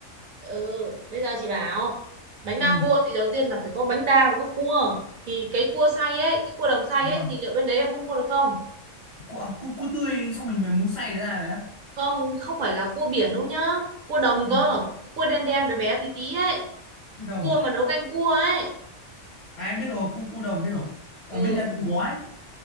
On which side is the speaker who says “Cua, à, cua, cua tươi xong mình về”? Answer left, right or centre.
Left